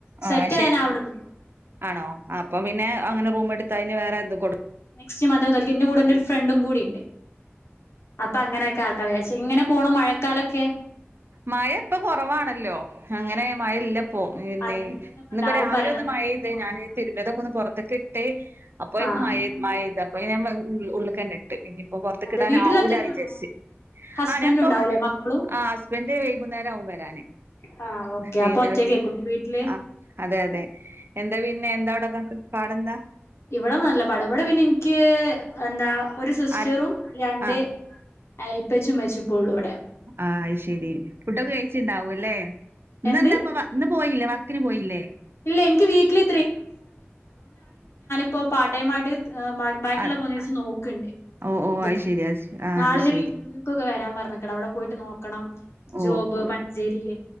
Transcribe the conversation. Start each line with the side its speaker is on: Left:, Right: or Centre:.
Left: സെറ്റായാൽ
Right: ആ ശെ
Left: ഞാൻ അവിടെ നിക്കും
Right: ആണോ അപ്പൊ പിന്നെ അങ്ങനെ റൂം എടുത്ത് കഴിഞ്ഞഞ് വേറെ എന്ത് കൊടുക്കും
Left: നക്സ്റ്റ് മംന്ത് മുതൽക് ന്റെ കൂടെ ന്റെ ഒരു ഫ്രണ്ടും കൂടി ഉണ്ട് അപ്പൊ അങ്ങനെയൊക്കെ ആക്കാ വിജാച്ച് ഇങ്ങനെ പോണു മഴക്കാലൊക്കെ
Right: മഴ ഇപ്പൊ കുറവാണല്ലോ അങ്ങനെ മഴ ഇല്ല പ്പോ പിന്നെ
Left: അതെ അതെ ഇതന്നെ ഇപ്പ
Right: ഇന്നപ്പോ
Left: എല്ലാരും
Right: രാവിലെ
Left: പറയണെ
Right: ഒന്ന്
Left: ഭയങ്കര
Right: മഴ പെയ്ത്
Left: കൊറവാ
Right: ഞാന്
Left: മഴ.
Right: തിരുമ്പിയതൊക്കെ ഒന്ന് പുറത്ക്കിട്ട് ഇട്ടേ അപ്പോ
Left: ആഹ്
Right: മയെ മയെയ്ത് അപ്പൊ ഞാൻ ഉള്ളുക്കെന്നിട്ട് അപ്പൊ പുറത്ത്ക്കിടാൻ
Left: അതെ വീട്ടില്
Right: ആവൂല
Left: ഒറ്റക്കാണോ?
Right: വിചാരിച്ച്
Left: ഹസ്ബൻഡും
Right: ആ ഞാൻ ഇപ്പൊ
Left: ഉണ്ടാവൂലേ മക്കളും
Right: ആ വന്തേ വൈകുന്നേരാവും വ രാൻ
Left: ആഹ് ഓക്കെ
Right: പിന്നെ
Left: അപ്പൊ ഒറ്റക്കേക്കൂലേ വീട്ടില്?
Right: ആ അതെ അതെ എന്താ പിന്നെ എന്താ അവിടെക്കക്ക് പാടന്താ
Left: ഇവിടെ നല്ല പടവിടെ പിന്നെ എനിക്ക് എന്താ ഒരു സിസ്റ്ററും
Right: ആര്
Left: രണ്ട്
Right: ആഹ്
Left: ഇപ്പച്ചുമ്മച്ചുപ്പള്ളൂടെ
Right: ആ ശരി ഫുഡൊക്കെ കഴിച്ചിട്ടുണ്ടാവൂല്ലേ ഇന്ന്
Left: എന്ത്
Right: എന്താപ്പ ഇന്ന് പോയില്ലേ വർ ത്തിന് പോയില്ലേ
Left: ഇല്ല എനിക്ക് വീക്കിലി ഇപ്പ പാർട്ടൈമായിട്ട് ബാ ബാക്കിയുള്ള
Right: അത്
Left: മൂന്നീസം നോക്കണ്ട്
Right: ഓഹ് ഓഹ്
Left: ഇതൊക്കെ
Right: അത് ശെരി അത് ആഹ്
Left: നാളിനൊരുന്റർവ്യൂക്കൊക്കെ
Right: അത് ശെരി
Left: വരാൻ പറഞ്ഞക്കണ് അവിടെ പോയിട്ട് നോക്കണം
Right: ഓ
Left: ജോബ് പഞ്ചേരിയിലെ